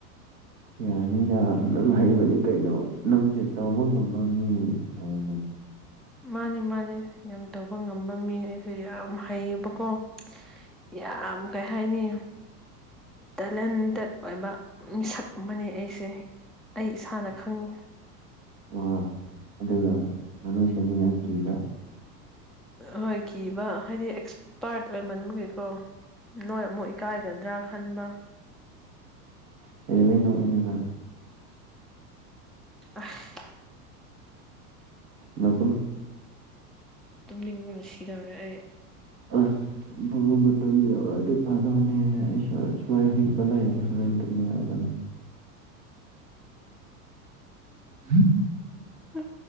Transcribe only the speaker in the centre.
ꯃꯥꯅꯤ ꯃꯥꯅꯤ ꯌꯥꯝ ꯇꯧꯕ ꯉꯝꯕ ꯃꯤꯅꯦ ꯑꯩꯁꯦ ꯌꯥꯝ ꯍꯩꯌꯦꯕꯀꯣ ꯌꯥꯝ ꯀꯩ ꯍꯥꯏꯅꯤ ꯇꯦꯂꯦꯟꯇꯦꯠ ꯑꯣꯏꯕ ꯃꯤꯁꯛ ꯑꯃꯅꯤ ꯑꯩꯁꯦ ꯑꯩ ꯏꯁꯥꯅ ꯈꯪꯉꯤ
ꯍꯣꯏ ꯀꯤꯕ ꯍꯥꯏꯗꯤ ꯑꯦꯛꯁꯄꯥꯔꯠ ꯑꯣꯏꯃꯟꯕꯒꯤꯀꯣ ꯅꯣꯏ ꯑꯃꯨꯛ ꯏꯀꯥꯏꯒꯗ꯭ꯔꯥ ꯈꯟꯕ
ꯑꯁ
ꯇꯨꯝ ꯅꯤꯡꯕꯅ ꯁꯤꯗꯧꯔꯦ ꯑꯩ
ꯍꯥ